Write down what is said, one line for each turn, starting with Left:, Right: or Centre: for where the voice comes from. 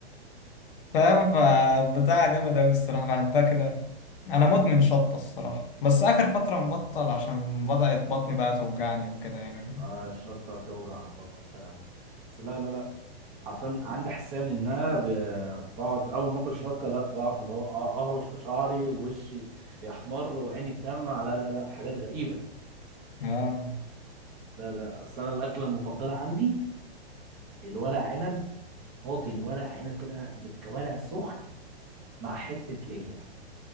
Left: فاهم فبتاع جامد أوي الصراحة بحبها كده أوي. أنا مدمن شطة الصراحة بس آخر فترة مبطل عشان بدأت بطني بقى توجعني وكده يعني فاهم
Right: آه الشطه بتوجع على الفاضي فعلا بس لا لا لا حرفيا عندي حساسيه منها ب- بقعد اول ما اكل شطه لا بقعد اللي هو أ- اهرش في شعري ووشي يحمر وعيني تدمع لا لا لا حاجات غريبه
Left: آه
Right: لا لا بس انا الاكله المفضله عندي الورق عنب طاجن ورق عنب كده بالكوارع سخن مع حته ليا